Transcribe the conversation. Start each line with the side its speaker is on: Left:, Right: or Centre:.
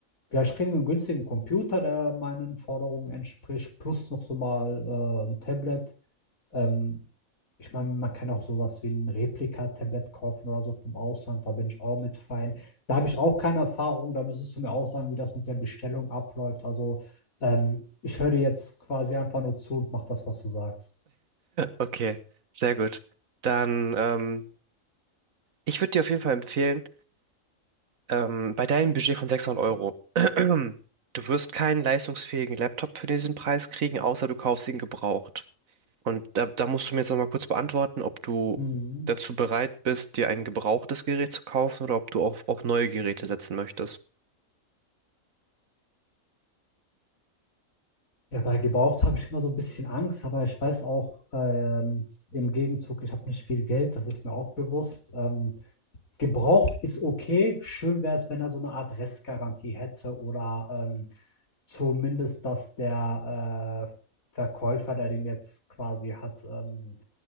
Left: vielleicht kriegen wir einen günstigen Computer, der meinen Forderungen entspricht, plus noch so mal äh, ein Tablet, ähm, ich meine, man kann auch sowas wie ein Replika-Tablet kaufen oder so vom Ausland, da bin ich auch mit fein. Da habe ich auch keine Erfahrung, da müsstest du mir auch sagen, wie das mit der Bestellung abläuft. Also ähm, ich höre dir jetzt quasi einfach nur zu und mach das, was du sagst.
Right: Okay, sehr gut. Dann, ähm, ich würde dir auf jeden Fall empfehlen, ähm, bei deinem Budget von 600 Euro, <clears throat> du wirst keinen leistungsfähigen Laptop für diesen Preis kriegen, außer du kaufst ihn gebraucht. Und da, da musst du mir jetzt nochmal kurz beantworten, ob du
Left: Mhm.
Right: dazu bereit bist, dir ein gebrauchtes Gerät zu kaufen oder ob du auf, auf neue Geräte setzen möchtest.
Left: Ja, bei gebraucht habe ich immer so ein bisschen Angst, aber ich weiß auch ähm, im Gegenzug, ich habe nicht viel Geld, das ist mir auch bewusst. Ähm, gebraucht ist okay, schön wäre es, wenn er so eine Art Restgarantie hätte oder ähm, Zumindest, dass der äh, Verkäufer, der den jetzt quasi hat, ähm,